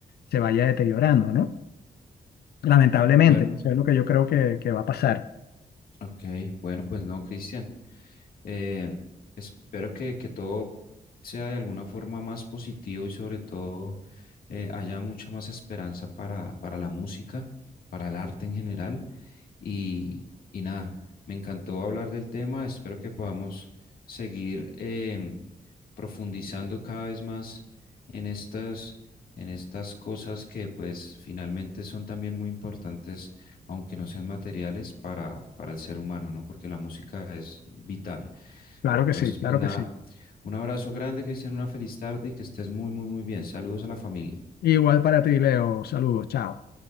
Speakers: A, on the left (about 85°); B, on the left (about 65°).
A: se vaya deteriorando, ¿no? Lamentablemente,
B: Bueno,
A: eso es lo que yo creo que, que va a pasar.
B: ok, bueno, pues no, Cristian. Eh, espero que, que todo sea de alguna forma más positivo y sobre todo eh, haya mucha más esperanza para, para la música, para el arte en general. Y, y nada, me encantó hablar del tema. Espero que podamos seguir em, profundizando cada vez más en estas, en estas cosas que pues finalmente son también muy importantes, aunque no sean materiales, para, para el ser humano, ¿no? Porque la música es vital.
A: Claro
B: Entonces,
A: que sí, claro
B: pues nada,
A: que sí.
B: un abrazo grande, Cristian, una feliz tarde y que estés muy, muy, muy bien. Saludos a la familia.
A: Igual para ti, Leo. Saludos, chao.